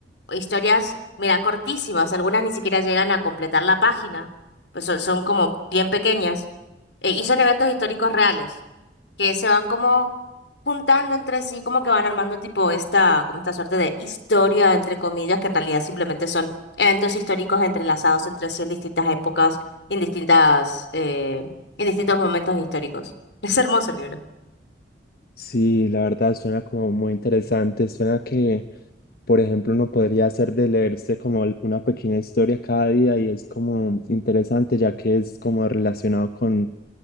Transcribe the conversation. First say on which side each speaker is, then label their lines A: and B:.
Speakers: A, on the left; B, on the left.
A: historias, mira, cortísimas, algunas ni siquiera llegan a completar la página, pues son, son como bien pequeñas, eh, y son eventos históricos reales, que se van como juntando entre sí, como que van armando tipo esta, como esta suerte de historia, entre comillas, que en realidad simplemente son eventos históricos entrelazados entre sí en distintas épocas, en distintas, eh, en distintos momentos históricos. <laughs> Es hermoso el libro.
B: Sí, la verdad suena como muy interesante. Suena que, por ejemplo, uno podría hacer de leerse como el- una pequeña historia cada día y es como interesante ya que es como relacionado con,